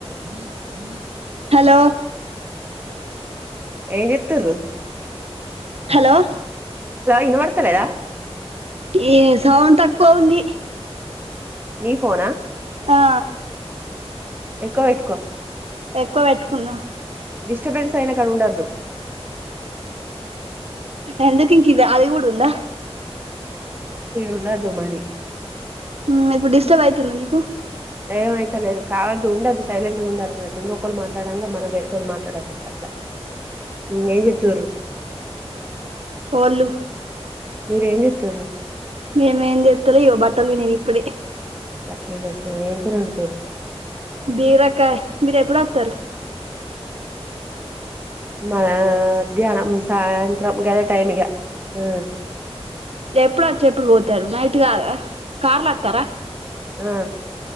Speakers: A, on the right; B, on the right.
A: ఉమ్ హలో
B: ఏన్ జేత్తరు
A: హలో
B: ఇనపడ్తలేదా
A: ఏ సౌండ్ తక్కువ ఉంది
B: నీ పోనా
A: ఆ
B: ఎక్కువ పెట్కో
A: ఎక్కువ పెట్టుకుందా
B: డిస్టర్బెన్స్ అయిన కాడ ఉండద్దు
A: ఎందుకింక ఇది అదిగూడుందా
B: ఉండదు మరి
A: మ్మ్ ఇప్పుడు డిస్టర్బ్ అయితుందా నీకు
B: ఏమైతలేదు కాదు ఉండదు సైలెంట్ గా ఉండాలి అన్నట్టు ఇంకొకల్లు మాట్లాడంగా మనం వేరేటోళ్ళు మాట్లాడొద్దు అట్లా నేజుత్తూరు
A: ఓల్లు
B: మీరేంచేత్తుర్రు
A: మేమేం చేత్తలే ఇగో బట్టలు పిండిన నేను ఇప్పుడే
B: అట్లే చేసినావా ఏం కూర వండుతుర్రు
A: బీరకాయ్ మీరెప్పుడొత్తారు
B: మ మధ్యానం సాయంత్రం గదే టైమిగా మ్మ్
A: ఎప్పుడు వచ్చి ఎప్పుడు పోతారు నైట్ కాదా కార్లత్తార
B: ఆ